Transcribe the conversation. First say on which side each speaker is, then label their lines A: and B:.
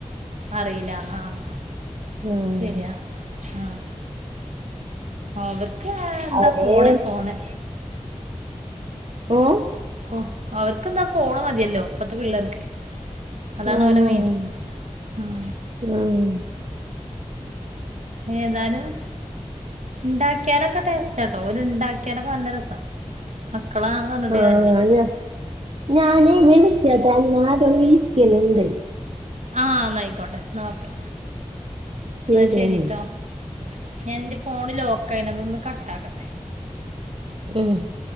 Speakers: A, on the right; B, on the right.
A: അറിയില്ല ആഹ്
B: ആഹ്
A: ശെരിയാ ആഹ് അവർക്ക് എന്താ
B: അവര്
A: ഫോണ് ഫോണ്
B: ഓഹ്
A: ഓഹ് അവർക്കെന്താ ഫോണ് മതിയല്ലോ ഇപ്പത്തെ പിള്ളേർക്ക് അതാണ്
B: ആഹ്
A: ഓല മെയ്ൻ ഉം
B: ആഹ്
A: ഏതാലും ഇണ്ടാക്കിയാലൊക്കെ ടേസ്‌റ്റാട്ടോ ഓര് ഇണ്ടാക്കിയാലൊക്കെ നല്ല രസാ മക്കളാ പറഞ്ഞിട്ട്
B: ആഹ്
A: കാര്യമില്ല
B: ഞ ഞാനേ വിളിക്കട്ട എന്നെ ആരോ വിളിക്കണ് ണ്ട്
A: ആഹ് ന്നായിക്കോട്ടെ എന്നാ ഓക്കെ
B: ശരിയെന്നാ
A: എന്നാ ശെരിട്ടോ ഞാനെന്റെ ഫോണ് ലോക്കായിനാ അതൊന്ന് കട്ടാക്കട്ടെ
B: ഉം